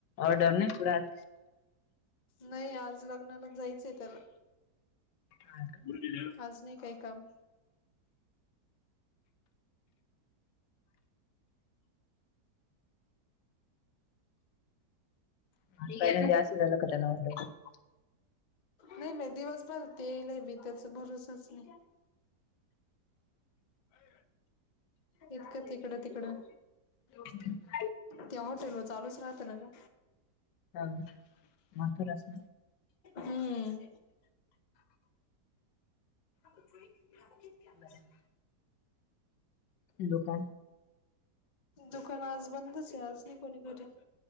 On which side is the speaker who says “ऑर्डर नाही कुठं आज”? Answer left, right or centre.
Left